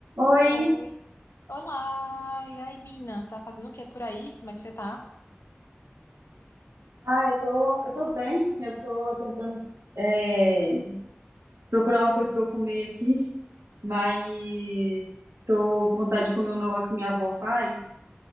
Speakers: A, on the right; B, on the left.
A: Oi,
B: Oi, olá! E aí, Mina? Tá fazendo o que por aí? Como é que você tá?
A: ah, eu tô, eu tô bem, eu tô tentando é, procurar uma coisa pra eu comer aqui, mas tô com vontade de comer um negócio que minha avó faz,